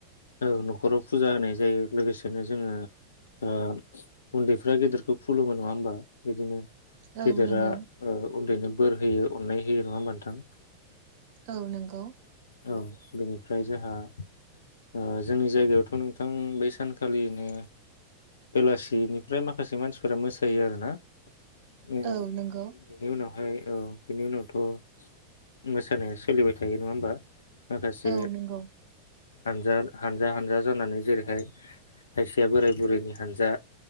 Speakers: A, on the left (about 70°); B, on the right (about 45°).
A: औ न'खराव फुजा होनाय जायो लोगोसेनो जोङो ओ उन्दैफ्रा गेदेरखौ खुलुमो नङा होमबा बिदिनो
B: औ
A: गेदेरा
B: नंगौ
A: ओ उन्दैनो बोर होयो अननाय होयो नङा होमबा नों थां?
B: औ नंगौ
A: औ बेनिफ्राय जोंहा ओ जोंनि जायगायावथ' नोंथां बै सानखालिनो बेलासिनिफ्राय माखासे मानसिफोरा मोसायो आरोना उम
B: औ नंगौ
A: बेनि उनावहाय औ बिनि उनावथ' मोसानाया सोलिबाय थायो नङा होमबा? माखासे
B: औ नंगौ
A: हानजा हानजा हानजा जानानै जेरैहाय खायसेया बोराय बुरैनि हानजा